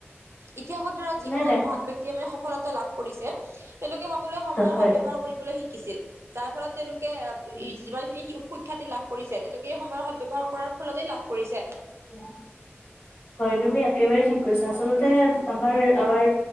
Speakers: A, on the right (about 70°); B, on the left (about 50°).
A: ইতিহাসৰ দাৰ যিসকল
B: নাই নাই
A: মহান ব্য্য়ক্তিয়ে মানে সফলতা লাভ কৰিছে। তেওঁলোকে সকলোৱে সময়ৰ
B: হয়
A: সদ ব্যয়ৱহাৰ কৰিবলৈ শিকিছিল যাৰ ফলত তেওঁলোকে
B: উম
A: যিমান খিনি সুখ্যাতি লাভ কৰিছে তেওঁলোকে এই সময়ৰ সাত ব্যয়ৱহাৰ কৰাৰ ফলতে লাভ কৰিছে।
B: <inaudible> হয়নুমি একেবাৰেেই ঠিক কৰিছ। আচলতে আমাৰ আমাৰ